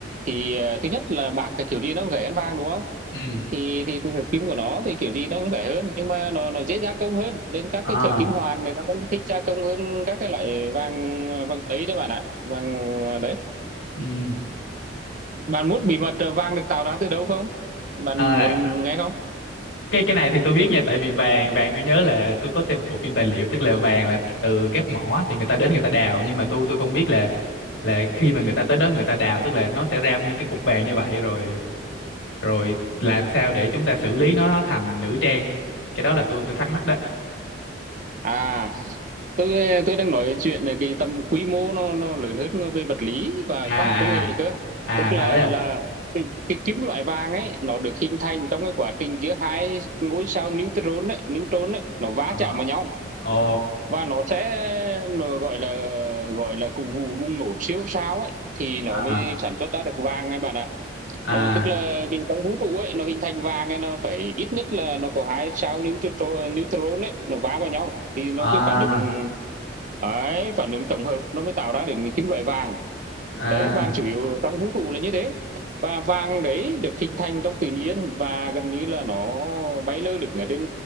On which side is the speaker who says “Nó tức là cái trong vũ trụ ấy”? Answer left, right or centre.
Right